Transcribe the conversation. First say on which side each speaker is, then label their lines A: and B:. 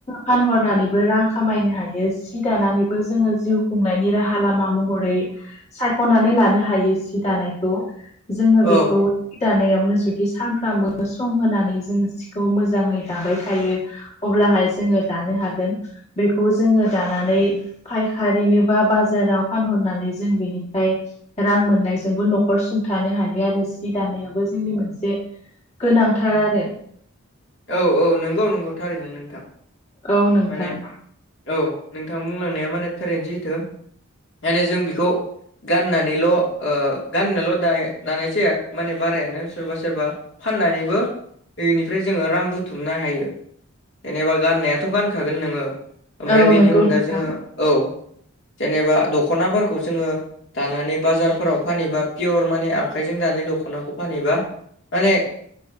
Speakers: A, on the left (about 30°); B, on the left (about 60°).
A: फानहरनानैबो रां खामायनो हायो सि दानानैबो जोङो जिउ खुंनायनि राहा लामा महरै सायखनानै लानो हायो सि दानायखौ जोङो बिखौ
B: औ
A: सि दानायावनो जुदि सानफ्रामबो सम होनानै जोङो सिखौ मोजाङै दाबाय थायो। अब्लाहाय जोङो दानो हागोन बेखौ जोङो दानानै फायखारिनो बा बाजाराव फानहरनानै जोङो जों बेनिफ्राय रां मोननायजोंबो न'खर सुंथानो हायो आरो सि दानायाबो जोंनि मोनसे। गोनांथार आरो।
B: औ औ नंगौ नंगौ थारैनो नोंथां।
A: औ नोंथां।
B: माने औ नोंथां बुंलांनाया माने थारैनोसैथो माने जों बेखौ। गाननानैल गाननोल दा दानाय जाया माने बारायानो सोरबा सोरबा। फाननानैबो दैनिफ्राय जोङो रां बुथुमनो हायो जेनेबा गाननायाथ गानखागोन नोङो। ओमफ्राय
A: औ
B: बेनि
A: नंगौ
B: अनगा
A: नोंथां
B: जोङो औ जेनेबा दखनाफोरखौ जोङो। दानानै बाजारफोराव फानहैबा पियर माने आखाइजों दानाय दखनाखौ फानहैबा माने